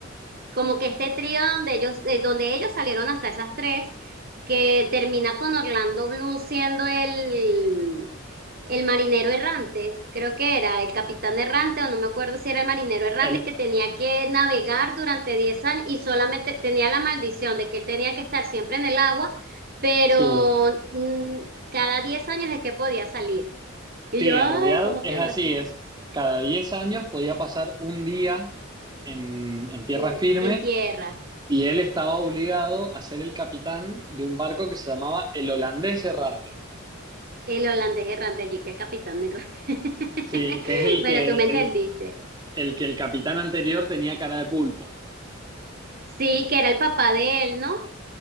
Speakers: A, on the right; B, on the right.
A: como que este trío donde ellos, eh, donde ellos salieron hasta esas tres, que termina con Orlando Bloom siendo el... El marinero errante, creo que era el capitán errante, o no me acuerdo si era el marinero errante,
B: el
A: que tenía que navegar durante 10 años y solamente tenía la maldición de que él tenía que estar siempre en el agua, pero
B: sí.
A: mm, cada 10 años es que podía salir. Y
B: Sí,
A: yo,
B: en
A: ay,
B: realidad
A: ¿cómo
B: es
A: quedó
B: así,
A: así?
B: es cada 10 años podía pasar un día en, en tierra
A: En,
B: firme
A: en tierra,
B: y él estaba obligado a ser el capitán de un barco que se llamaba el Holandés Errante,
A: el holandés errante allí, que el capitán errante. <laughs>
B: sí, que es el
A: Bueno,
B: que
A: tú me entendiste.
B: el, el que el capitán anterior tenía cara de pulpo.
A: Sí, que era el papá de él, ¿no?